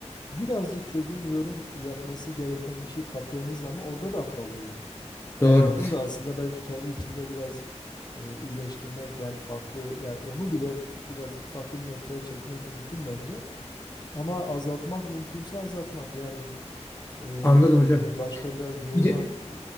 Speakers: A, on the left; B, on the left.
A: birazcık çocuğun yorum yapması gereken bir şey kattığınız zaman orada da affallıyor.
B: doğru.
A: Yani onu da aslında belki kendi içinde biraz e, iyileştirmek yani farklı yani onu bile biraz farklı bir noktaya çekmek mümkün bence. Ama azaltmak mümkünse azaltmak yani e,
B: Anladım hocam.
A: e, başka biraz yoruma
B: Bir de
A: e,